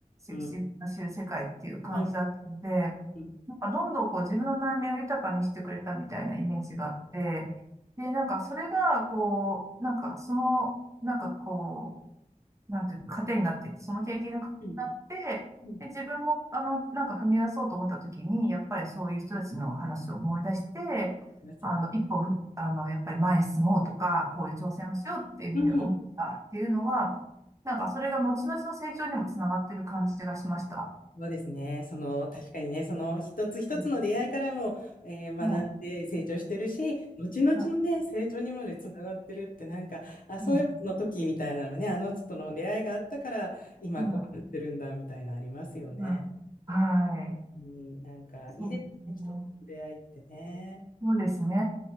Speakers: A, on the right; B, on the left.
A: い、
B: うん、
A: し、し、知る世界っていう感じだったので、
B: うん、うん、うん、う
A: なんかどんどんこう自分の悩みを豊かにしてくれたみたいなイメージがあって、で、なんかそれが、こう、なんかその、なんかこう、なんていうか、糧になっていって、その経験が糧になって、
B: ん、うん、い
A: で、自分も、あの、なんか踏み出そうと思った時に、やっぱりそういう人たちの話を思い出して、
B: ますよね。
A: あの、一歩ふ、あの、やっぱり前に進もうとか、こういう挑戦をしようっていうふうに思ったっていうのは、
B: うん、うん、
A: なんかそれが後々の成長にもつながってる感じがしました。
B: そうですね。その、確かにね、その一つ一つの出会いからも、
A: うん。
B: えー学んで成長してるし、
A: うん。
B: 後々のね、
A: うん
B: 成長にまでつながってるって、なんか、あ、そういうの時みたいなのね、
A: うん
B: あの人との出会いがあったから、今こうなってるんだ、
A: まあ、
B: みたいなありますよね。
A: まあ、はい。
B: うんなんか、
A: そうですね。
B: いいですね、人との出会いってね。
A: そうですね。